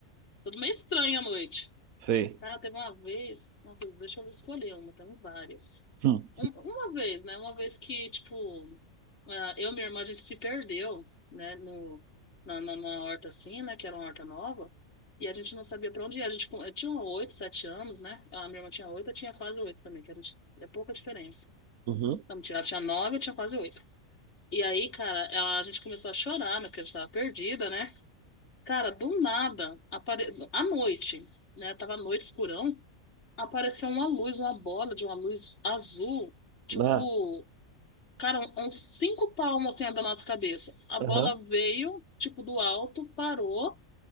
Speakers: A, on the left; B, on the right.
A: Tudo meio estranho à noite.
B: Sei.
A: Cara, teve uma vez. Nossa, deixa eu escolher uma, temos várias.
B: Hum.
A: Um- uma vez, né? Uma vez que, tipo, ah, eu e minha irmã, a gente se perdeu, né? No, na, na, na horta assim, né? Que era uma horta nova. E a gente não sabia pra onde ir. A gente com- eu tinha oito, sete anos, né? A minha irmã tinha oito, eu tinha quase oito também, que a gente, é pouca diferença.
B: Uhum.
A: Então, ela tinha nove, eu tinha quase oito. E aí, cara, ela- a gente começou a chorar, né? Porque a gente tava perdida, né? Cara, do nada, apare... à noite, né? Tava à noite, escurão, apareceu uma luz, uma bola de uma luz azul, tipo.
B: Ah.
A: Cara, um, uns cinco palmos assim da nossa cabeça. A bola
B: Aham.
A: veio, tipo, do alto, parou,